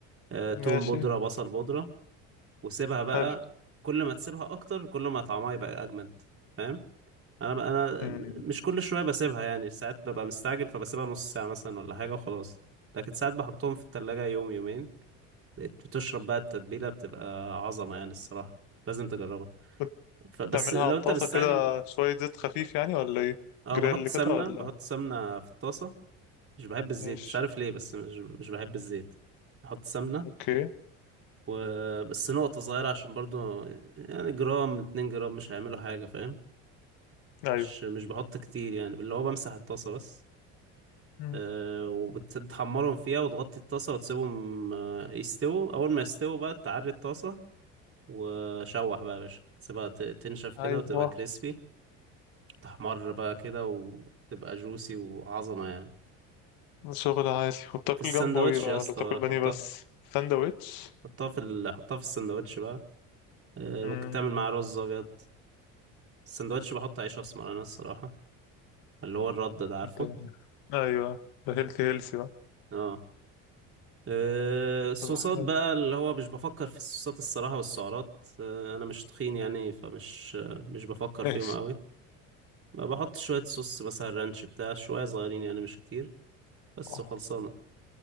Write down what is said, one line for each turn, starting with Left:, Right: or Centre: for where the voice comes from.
Right: آه، توم
Left: ماشي
Right: بودرة بصل بودرة وسيبها بقى
Left: حلو
Right: كل ما تسيبها أكتر كل ما طعمها يبقى أجمد فاهم أنا بقى أنا
Left: امم
Right: مش كل شوية بسيبها يعني ساعات ببقى مستعجل فبسيبها نص ساعة مثلا ولا حاجة وخلاص لكن ساعات بحطهم في التلاجة يوم يومين بقيت بتشرب بقى التتبيلة بتبقى عظمة يعني الصراحة لازم تجربها
Left: كنت
Right: فبس
Left: تعملها
Right: لو
Left: على الطاسه
Right: انت مستعجل
Left: كده شويه زيت خفيف يعني ولا ايه
Right: اه
Left: جريل
Right: بحط سمنة
Left: كده ولا
Right: بحط سمنة في الطاسة مش بحب الزيت
Left: ماشي
Right: مش عارف ليه بس مش مش بحب الزيت بحط سمنة
Left: اوكي
Right: وبس نقطة صغيرة عشان برضو يعني جرام اتنين جرام مش هيعملوا حاجة فاهم
Left: ايوه
Right: مش مش بحط كتير يعني اللي هو بمسح الطاسة بس
Left: مم.
Right: أه وبتحمرهم فيها وتغطي الطاسة وتسيبهم آه، يستووا أول ما يستووا بقى تعري الطاسة وشوح بقى يا باشا سيبها ت- تنشف كده
Left: ايوه
Right: وتبقى كريسبي تحمر بقى كده وتبقى جوسي وعظمة يعني
Left: شغل عادي وبتاكل
Right: في السندوتش
Left: جنبه ايه بقى
Right: يا
Left: ولا
Right: اسطى
Left: بتاكل
Right: بقى
Left: بانيه
Right: حطها
Left: بس ساندوتش
Right: حطها في ال... حطها في السندوتش بقى آه،
Left: امم
Right: ممكن تعمل مع رز ابيض السندوتش بحط عيش اسمر انا الصراحة اللي هو الرد ده عارفه
Left: انت ايوه ده هيلثي هيلثي بقى
Right: اه آه، الصوصات
Left: طب حلو.
Right: بقى اللي هو مش بفكر في الصوصات الصراحة والسعرات آه، انا مش تخين يعني فمش آه، مش بفكر
Left: ماشي
Right: فيهم قوي بحط شوية صوص مثلا رانش بتاع شوية صغيرين يعني مش كتير بس
Left: أوه.
Right: وخلصانة